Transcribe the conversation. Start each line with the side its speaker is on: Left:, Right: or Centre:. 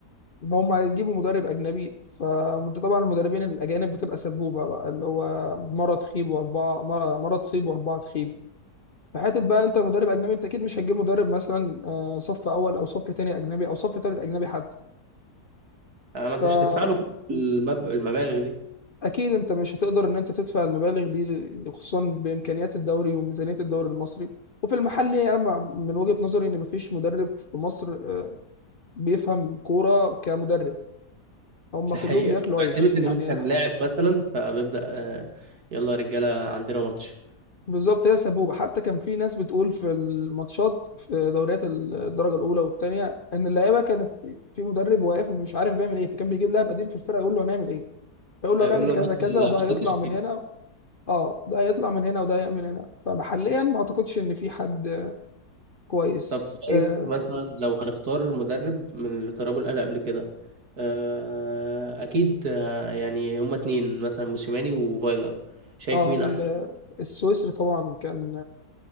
Left: هم هيجيبوا مدرب اجنبي فانت طبعا المدربين الاجانب بتبقى سبوبه بقى اللي هو مره تخيب واربعه مره مرة تصيب واربعه تخيب فحته بقى انت مدرب اجنبي انت اكيد مش هتجيب مدرب مثلا آه، صف اول او صف تاني اجنبي او صف تالت اجنبي حتى
Right: آه، ما أنتش
Left: فاكيد
Right: تدفع له كل المب... المبالغ دي
Left: انت مش هتقدر ان انت تدفع المبالغ دي خصوصا بامكانيات الدوري وميزانيه الدوري المصري وفي المحلي انا مع- من وجهه نظري ان مفيش مدرب في مصر آه، بيفهم كوره كمدرب هم
Right: ده
Left: كلهم
Right: حقيقة
Left: بياكلوا
Right: هو بيعتمد
Left: عيش
Right: إن
Left: يعني
Right: هو كان لاعب مثلا فبيبدأ آه، يلا يا رجالة عندنا ماتش
Left: بالظبط هي سبوبة حتى كان في ناس بتقول في الماتشات في دوريات الدرجة الأولى والتانية إن اللعيبة كانت في مدرب واقف مش عارف بيعمل إيه فكان بيجيب لاعب قديم في الفرقة يقول له هنعمل إيه يقول له
Right: هيقول
Left: هنعمل
Right: له
Left: كذا
Right: حط
Left: كذا
Right: ال-
Left: وده
Right: حط
Left: هيطلع
Right: التشكيل
Left: من هنا اه ده هيطلع من هنا وده هيعمل هنا فمحليا ما اعتقدش ان في حد كويس
Right: طب شايف
Left: اه,
Right: مثلا لو هنختار مدرب من اللي دربوا الأهلي قبل كده آه، أكيد آه، يعني هما اتنين مثلا موسيماني وفايلر شايف
Left: آه
Right: مين
Left: ال-
Right: أحسن؟
Left: السويسري طبعا كان